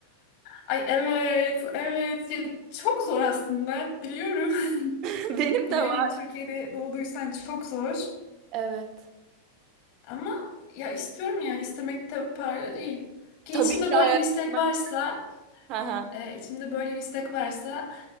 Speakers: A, on the left; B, on the right.
A: Ay evet, evet. Ya çok zor aslında. Biliyorum. <laughs>
B: <laughs> Benim
A: Biliyorum
B: de var.
A: Türkiye'de doğduysan çok zor.
B: Evet.
A: Ama ya istiyorum yani istemek tabii parayla değil. Ki
B: Tabii
A: içinde
B: ki de
A: böyle
B: hayal
A: bir istek
B: kırmak.
A: varsa,
B: Hı hı.
A: e, içimde böyle bir istek varsa